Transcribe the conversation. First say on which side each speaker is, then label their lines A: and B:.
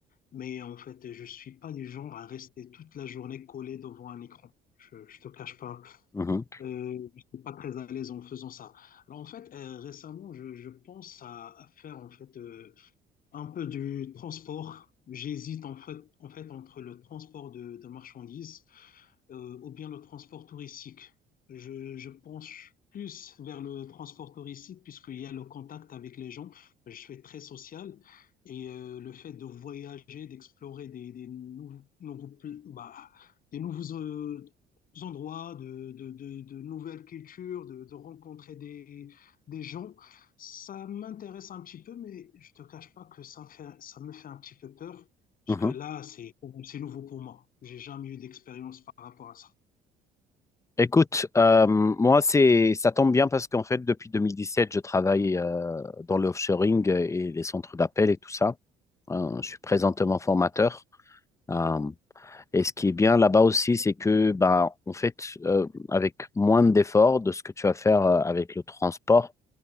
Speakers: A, on the left; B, on the left.
A: Mais en fait, je suis pas du genre à rester toute la journée collé devant un écran. Je, je te cache pas.
B: mhm,
A: Euh, je suis pas très à l'aise en faisant ça. Alors, en fait, euh, récemment, je, je pense à, à faire, en fait, euh, un peu du transport. J'hésite en fait, en fait entre le transport de, de marchandises euh, ou bien le transport touristique. Je, je penche plus vers le transport touristique puisqu'il y a le contact avec les gens. Je suis très social et euh, le fait de voyager, d'explorer des, des nouveaux, nouveaux bah, des nouveaux euh, endroits, de, de, de, de nouvelles cultures, de, de rencontrer des, des gens, ça m'intéresse un petit peu, mais je te cache pas que ça me fait, ça me fait un petit peu peur parce
B: mhm.
A: que là, c'est c'est nouveau pour moi. J'ai jamais eu d'expérience par rapport à ça.
B: Écoute, euh, moi, c'est, ça tombe bien parce qu'en fait, depuis 2017, je travaille euh, dans le offshoring et les centres d'appel et tout ça. Euh, je suis présentement formateur. Euh, et ce qui est bien là-bas aussi, c'est que, bah, en fait, euh, avec moins d'efforts de ce que tu vas faire euh, avec le transport,